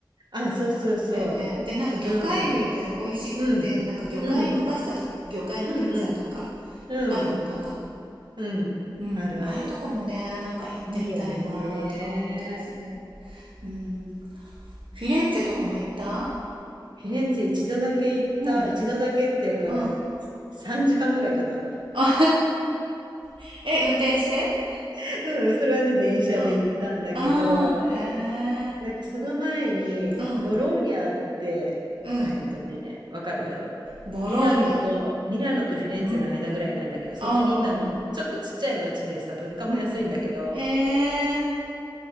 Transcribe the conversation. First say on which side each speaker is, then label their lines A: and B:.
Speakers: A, on the right (about 60°); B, on the right (about 85°).
A: あ、そうそうそ
B: だよね。で、なんか魚介類が美味しくって、
A: う。うん。うん。
B: なんか魚介のパスタとか魚介のピッツァとか
A: うん。うんうん。うん。
B: あるのかな。
A: うん。
B: うん。
A: あるある。
B: ああいうとこもね、なんか行ってみたいなとか思ったりする。
A: いいよね。
B: うん。フィレンツェとかも行った
A: フィレンツェ一度だけ行った、
B: うん。うん
A: 一度だけっていうか、
B: うん。
A: 3時間ぐらいかな。
B: あ <laughs> え、運転して
A: <laughs> うん、それはね、電車で行ったんだけど、
B: うん。ああ、へえ。
A: なんかその前に、
B: うん、
A: ボローニャって、
B: うん。
A: えっとね、わかる
B: ボローニャ。
A: ミラノと、ミラノとフィレンツェの間ぐらいなんだけど、
B: うん。
A: そこにいたの。
B: ああ、うんうん。
A: ちょっとちっちゃい町でさ、物価も安いんだけど、
B: うんうん。へえ。